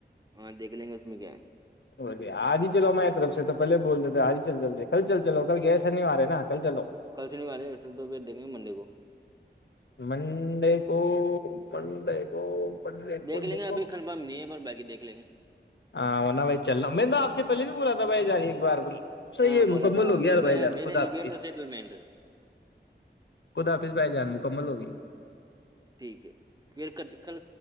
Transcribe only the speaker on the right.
ہاں دیکھ لیں گے اس میں کیا ہے
کل سے نہیں آ رہے اس تو پھر دیکھیں گے منڈے کو
دیکھ
لیں
گے ابھی کنفرم نہیں ہے پر باقی دیکھ لیں گے
ہاں
بولا تھا
میرے
میرے
نیبئر
دا سیٹلمنٹ
ٹھیک ہے پھر ک کل